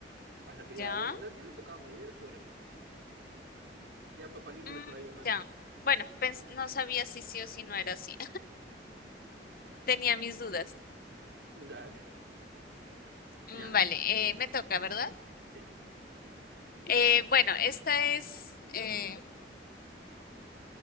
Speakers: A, on the right; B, on the left.
A: Hasta que ya,
B: Ya.
A: ya, le ya le tocaba morir, ya era su hora. pum. Ya Papá Lindo
B: Mm,
A: lo estaba llamando.
B: ya. Bueno, pens- no sabía si sí o si no era así.
A: Ujú.
B: Tenía mis dudas.
A: Dale,
B: Mm,
A: ya,
B: Vale, eh, me toca, ¿verdad?
A: sí.
B: Eh, bueno, esta es eh,